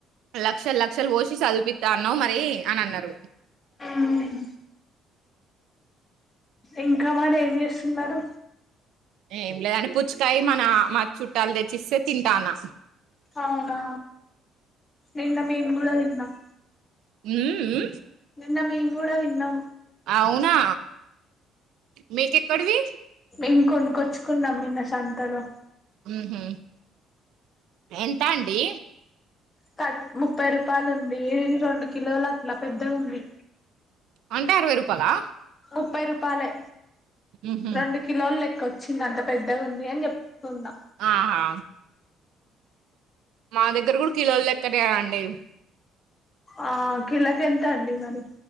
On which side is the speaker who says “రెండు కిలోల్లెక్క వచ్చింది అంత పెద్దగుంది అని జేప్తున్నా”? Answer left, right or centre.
Left